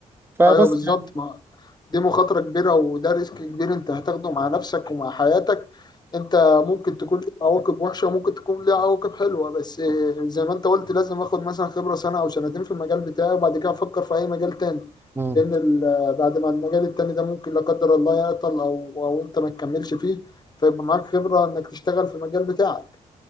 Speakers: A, on the right; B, on the left.
A: فبس
B: ايوه بالظبط
A: يعني
B: ما دي مخاطره كبيره وده ريسك كبير انت هتاخده مع نفسك ومع حياتك انت ممكن تكون ليه عواقب وحشه وممكن تكون ليه عواقب حلوه بس زي ما انت قلت لازم اخد مثلا خبره سنه او سنتين في المجال بتاعي وبعد كده افكر في اي مجال تاني
A: مم.
B: لان ال- بعد ما المجال التاني ده ممكن لا قدر الله يعطل او او انت ما تكملش فيه فيبقى معاك خبره انك تشتغل في المجال بتاعك